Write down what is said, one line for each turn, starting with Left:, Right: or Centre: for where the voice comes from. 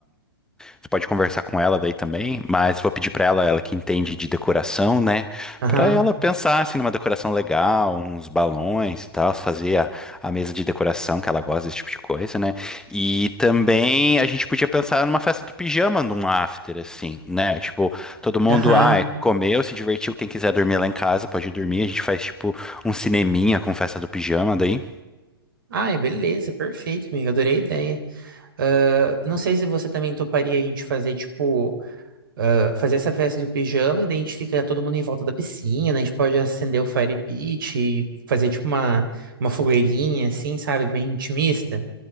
Centre: Você pode conversar com ela daí também, mas vou pedir pra ela, ela que entende de decoração, né?
Right: Aham.
Centre: Pra ela pensar assim numa decoração legal, uns balões e tal, fazer a, a mesa de decoração que ela gosta desse tipo de coisa, né? E também a gente podia pensar numa festa do pijama, num after assim, né? Tipo, todo mundo,
Right: Aham.
Centre: ah, comeu, se divertiu, quem quiser dormir lá em casa pode dormir, a gente faz tipo um cineminha com festa do pijama daí.
Right: Ai, beleza, perfeito, amigo. Adorei a ideia. Ah, não sei se você também toparia a gente fazer, tipo, ah, fazer essa festa do pijama e daí a gente fica todo mundo em volta da piscina, a gente pode acender o fire pit e fazer, tipo, uma, uma fogueirinha, assim, sabe? Bem intimista.